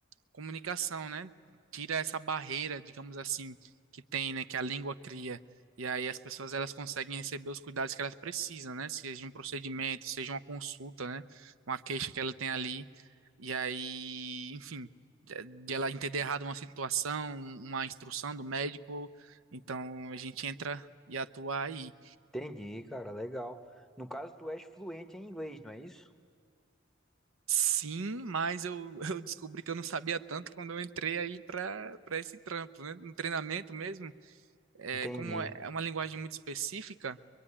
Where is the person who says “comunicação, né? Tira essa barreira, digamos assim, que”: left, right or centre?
Right